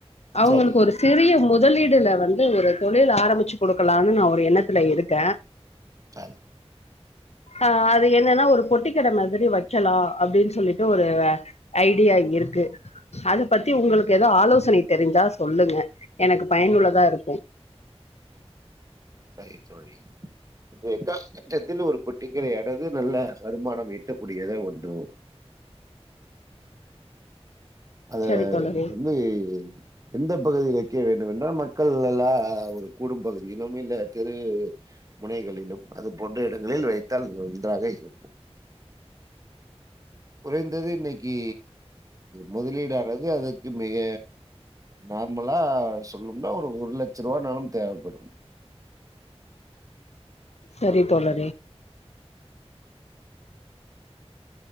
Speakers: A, on the left; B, on the right.
A: அவங்களுக்கு
B: சரி
A: ஒரு சிறிய மு தலீடுல வந்து ஒரு தொழில் ஆரம்பிச்சு கொடுக்கலான்னு நா ஒரு எண்ணத்துல இருக்கே
B: சரி
A: ஆ அது என்னன்னா ஒரு பொட்டிக்கட மாதிரி வை கலா அப்டின்னு சொல்லிட்டு ஒரு ஐடியா இருக்கு அத பத்தி உங்களுக்கு ஏதோ ஆலோச் சணை தெரிஞ்சா சொல்லுங்க எனக்கு பயனுள்ளதா இருக்கு
B: சரி தோழி ஒ கா கட்டத்தில் ஒரு பெட்டிகடைய அடகு நல்ல வருமானம் ஈட்டக்கூடியதா ஒன்னு அத
A: சரி தோழரே
B: வந்து எந்த பகுதியில் வைக்க வேண்டும் என்றால் மக்கள் லா ஒரு கூடும்பகு இன்னும் இல்லா திருவிளு முனைகளிலும் அது போன்ற இடங்களில் வைத்தால் நன்றாக இருக்கும் குறைந்தது இன்னைக்கி முதலீடானது அத மிக நார்மலா சொல்னோம்னா ஒரு ஒரு லட்ச ரூபா நாளும் தேவப்படும்
A: சரி தோழரே